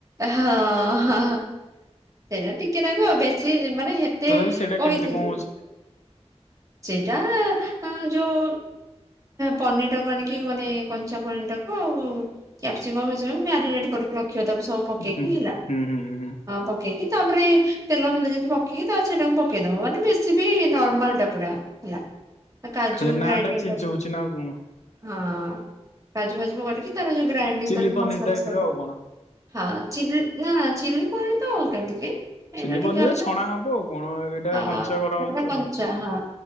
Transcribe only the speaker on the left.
ତଥାପି ସେଇଟା
କେମିତି କଣ ହଉଛି
ହୁଁ
ହୁଁ ହୁଁ ହୁଁ
ଖାଲି ନା
ଟା ଚେଞ୍ଜ
ହଉଛି ନା କଣ
ଚିଲି
ପନିର
ଟାଇପ
ର
ଆଉ କଣ
ଚିଲି ପନିରରେ
ଛଣା ହବ ଆଉ କଣ ଏଇଟା କଞ୍ଚା
କରାହଉଚି
ଆଉ
କଣ?